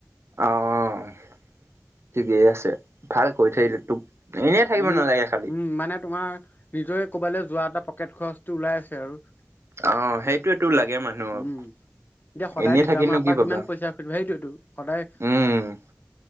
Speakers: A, on the right (about 70°); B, on the left (about 40°).
A: অ-অ- ঠিকেই আছে। ভাল কৈছে যে তোক। এনেই থাকিব
B: এনে-
A: নালাগে খালি।
B: উম- মানে তোমাৰ নিজৰে ক'বালৈ যোৱা এটা পকেট খৰচ- টো ওলাই আছে আৰু।
A: অ- সেইটোৱেটো লাগে মানুহক
B: উম। এতিয়া সদায়
A: এনেই
B: দেউতা
A: থাকিনো
B: মাৰ
A: কি
B: পৰা
A: পাবা?
B: কিমান পইচা খুজিব সেইটোৱেটো সদায়
A: উম-